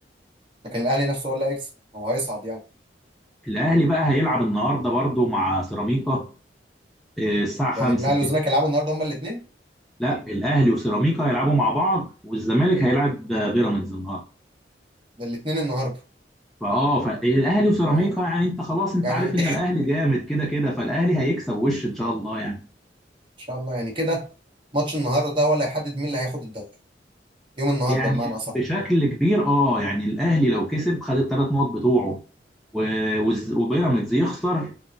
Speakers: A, on the right; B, in the centre.
A: لكن الاهلي نفسه هو اللي هيكسب هو هيصعد يعني
B: الاهلي بقى هيلعب النهارده برضه مع سيراميكا آه، الساعه 5
A: يعني الاهلي والزمالك
B: كده
A: هيلعبوا النهارده هما الاثنين
B: لا الاهلي وسيراميكا هيلعبوا مع بعض والزمالك هيلعب آه، بيراميدز النهارده
A: ده الاثنين النهارده
B: فاه فالاهلي وسيراميكا
A: يعني
B: يعني انت خلاص انت
A: يعني
B: عارف
A: <clears throat> ان
B: ان الاهلي جامد كده كده فالاهلي هيكسب وش ان شاء الله يعني
A: شاء الله يعني كده ماتش النهارده ده هو اللي هيحدد مين اللي هياخد الدوري يوم النهارده
B: يعني
A: بمعنى اصح
B: بشكل كبير اه يعني الاهلي لو كسب خد الثلاث نقط بتوعه و- والز- وبيراميدز يخسر